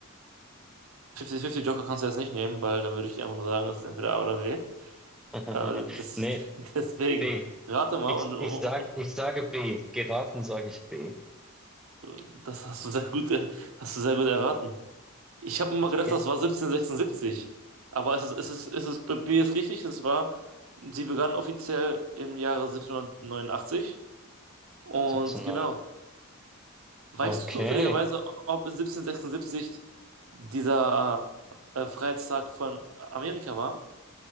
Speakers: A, on the right (about 75°); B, in the centre.
A: 50-50 Joker kannst du jetzt nicht nehmen, weil dann würde ich dir einfach nur sagen, das ist entweder A oder B.
B: <laughs>
A: Äh, das,
B: Nee,
A: <laughs> deswegen,
B: B.
A: rate mal
B: Ich,
A: und, und,
B: ich sag,
A: und
B: ich sage B. Geraten sage ich B.
A: das hast du sehr gut, äh, hast du sehr gut erraten. Ich habe immer gedacht,
B: Yes.
A: das war 1776. Aber es ist, es ist, es ist, B ist richtig, es war, sie begann offiziell im Jahre 1789. Und
B: 17,
A: genau.
B: 9.
A: Weißt
B: Okay.
A: du zufälligerweise, ob in 1776 dieser äh, Freiheitstag von Amerika war?